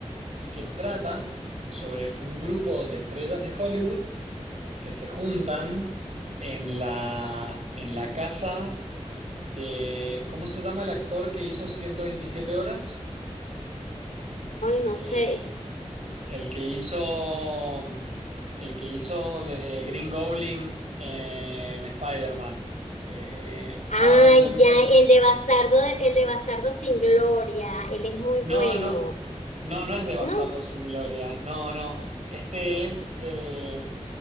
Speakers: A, on the right; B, on the left.
A: y que trata sobre un grupo de estrellas de Hollywood que se juntan en la, en la casa de, ¿cómo se llama el actor que hizo 127 horas?
B: no
A: Eh,
B: sé.
A: el que hizo, el que hizo de Green Goblin eh, en Spider-Man. Eh,
B: Ay,
A: ay, no me
B: ya,
A: sale.
B: el de Bastardo, el de Bastardo sin Gloria, él es muy
A: No,
B: bueno,
A: no, no, no es de Bastardos
B: ¿no?
A: sin Gloria. No, no. Este es. eh,